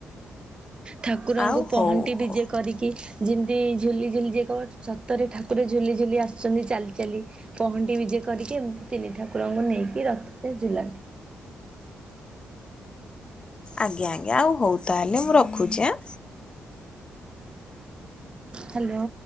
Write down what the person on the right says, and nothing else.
ଠାକୁରଙ୍କୁ
ପହଣ୍ଟି
ବିଜେ
ଯେମିତି ଝୁଲିଝୁଲି ଯକ ସତ ଠାକୁ ଝୁଲି ଝୁଲି ଆସ ଆସୁଛନ୍ତି ଚାଲି ଚାଲି ପହଁଣ୍ଟି ବିଜେ କରିକି ଏମିତି ତିନି ଠାକୁରଙ୍କୁ ନେଇକି ରଥରେ ଝୁଲାନ୍ତି।
ହାଲୋ।